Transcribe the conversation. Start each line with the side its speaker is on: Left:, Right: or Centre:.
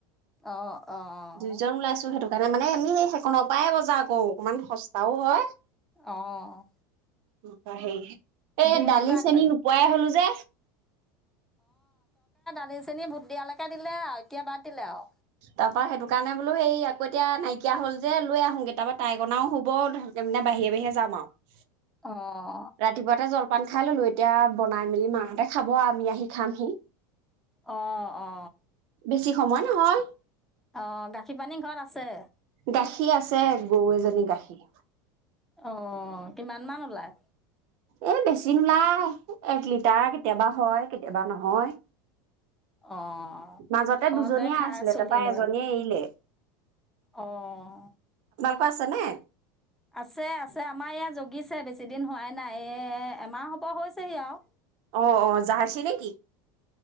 Centre: অ'। অ',
Right: দুইজন ওলাইছো হেতু তাৰ মানে আমি এই সেইখনৰ পৰাই বজাৰ কৰো অকমান সস্তাও হয়।
Centre: অ',
Right: <unintelligible> এ'
Centre: দূৰণিৰ
Right: দালি
Centre: পৰা আনিবাগে
Right: চেনি নোপোৱাই হলো যে?
Centre: লি, চেনি ভোট দিয়ালৈকে দিলে আৰু এতিয়া বাদ দিলে আৰু
Right: তাৰপা সেইটো কাৰণে বোলো সেই আকৌ এতিয়া নাইকিয়া হ'ল। যে লৈ আহোগে তাৰপা তাইক অনাও হ'ব বাহিৰে বাহিৰে যাম আৰু
Centre: অ'।
Right: ৰাতিপুৱাতে জল- পান খাই ললো এতিয়া বনাই মেলি মা হঁতে খাব। আমি আহি খামহি,
Centre: অ', অ।
Right: বেছি সময় নহয়
Centre: অ', গাখীৰ পানী ঘৰত আছে?
Right: গাখীৰ আছে গৰু এজনী গাখীৰ।
Centre: অ', কিমান মান ওলাই?
Right: এ' বেছি নোলাই এক লিটাৰ কেতিয়াবা হয় কেতিয়াবা নহয়।
Centre: অ',
Right: মাজতে
Centre: ঘৰতে
Right: দুজনীয়ে
Centre: খাই
Right: আছিলে
Centre: চলি
Right: তাৰপা
Centre: থাকিলে
Right: এজনীয়ে
Centre: হয়
Right: এৰিলে
Centre: অ'।
Right: কৰ আছেনে?
Centre: আছে আছে আমাৰ এইয়া জগিছে বেছি দিন হোৱাই নাই এ' এমাহ হ'ব হৈছেহি আৰু
Right: অ', অ জাৰ্ছী নেকি?